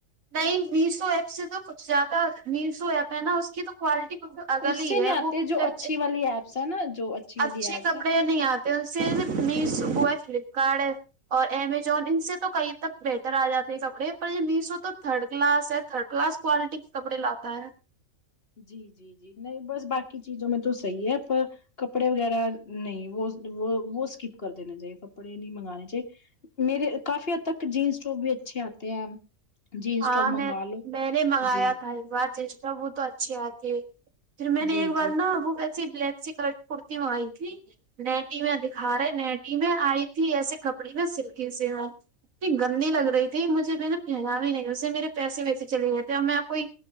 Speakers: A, on the right (about 75°); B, on the left (about 45°).
A: نہیں میشو ایپ سے تو کچھ زیادہ میشو ایپ ہے نا اس کی تو کوالٹی بلکل اگلی
B: اس
A: ہی
B: سے نہیں
A: ہے
B: آتے
A: وہ
B: جو اچھی
A: اچھ
B: والی ایپس ہے نا جو اچھی والی
A: اچھے
B: ایپس
A: کپڑے
B: ہے
A: نہیں آتے اسے نہ میسو اییپ بیکار ہے اور امیزون ان سے تو کئی تک بہتر آ جاتے ہیں کپڑے پر یہ میشو تو تھرڈ کلاس ہے تھرڈ کلاس کوالٹی کے کپڑے لاتا ہے
B: جی جی جی نہیں بس باقی چیزوں میں تو صحیح ہے پر کپڑے وغیرہ نہیں وہ وہ وہ اسکپ کر دینے چاہیے کپڑے نہیں منگانے چاہیے میرے کافی حد تک جینس ٹاپ بھی اچھے آتے ہیں جینس
A: ہاں
B: ٹاپ
A: میںم
B: منگا لو
A: میں نے منگایا
B: جی
A: تھا ایک بار جینس کا وہ تو اچھی آتی پھر میں نے
B: جی
A: ایک بار
B: جی
A: نا وہ وسی بلیک سی کلر کی کرتی منگائی تھی نیٹی میں دکھا رہے نیٹٹی میں آئی تھی ایسے کپڑے میں سلکی سے وہ اتنی گندی لگ رہی تھی مجھے میں نے پہنا بھی نہیں اسے میرے پیسے ویسے چلے گئے تھے اور میں کوئی